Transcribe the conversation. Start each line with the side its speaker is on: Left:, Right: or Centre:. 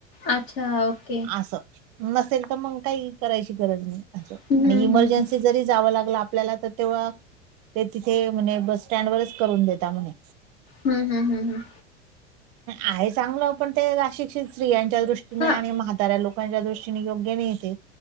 Left: अच्छा ओके
Right: नल तर म काही करायची गरज नाही
Left: हम्म हम्म
Right: इमर्जन्सी जरी जावं लागलं आपल्याला तर तेव्हा ते तिथे म्ह बस स्टँड वरच करून देता म्हणे
Left: हम् हम हम हम
Right: आहे चांगलं आपण ते अशिक्षित स्त्रियांच्या दृष्टीने
Left: हा
Right: आणि म्हाताऱ्या लोक च्या्या दृष्टीने योग्य नाही ते